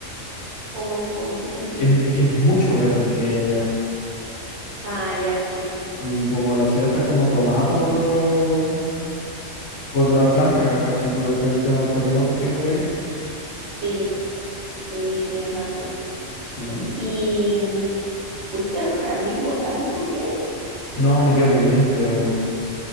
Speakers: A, on the right; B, on the left.
A: ¿Cómo, ¿Con en qué sentido?
B: Em- Es, que es mucho verde el que hay allá.
A: Ah, ya, sí,
B: Y como la ciudad está como tomada por los por las plantas, casi por el, todo el tema del terremoto que hubo ahí.
A: sí, sí, tienes razón.
B: Sí.
A: ¿Y mm, fuiste al jardín botánico que hay?
B: No, me quedo pendiente, weón.